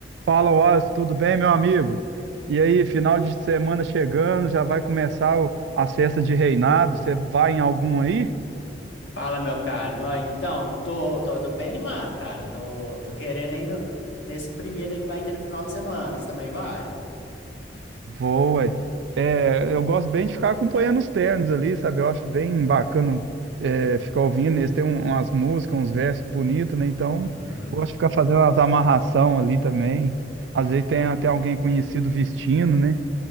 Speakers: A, on the right; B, on the left.
A: Fala, Wallace, tudo bem, meu amigo? E aí, final de semana chegando, já vai começar o- as festas de reinado. Você vai em algum aí?
B: Fala, meu caro. Ó, Então, tô, tô, tô bem animado, cara. Tô, tô querendo ir no- nesse primeiro aí que vai ter no final de semana. Você também vai?
A: Vou, ué. É, eu gosto bem de ficar acompanhando os ternos ali, sabe? Eu acho bem bacana é, ficar ouvindo. Eles têm um- umas músicas, uns versos bonitos, né? Então,
B: Uhum.
A: eu gosto de ficar fazendo as amarração ali também. Às vezes tem até alguém conhecido vestindo, né?